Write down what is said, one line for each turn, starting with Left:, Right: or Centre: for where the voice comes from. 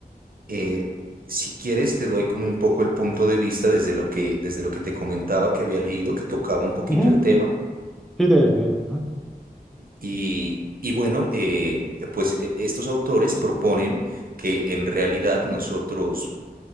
Right: eh, si quieres, te doy como un poco el punto de vista desde lo que, desde lo que te comentaba que había leído, que tocaba un poquito
Centre: Ujú,
Right: el tema.
Centre: Sí, de, de-
Right: Y, y bueno, eh, pues e- estos autores proponen que en realidad nosotros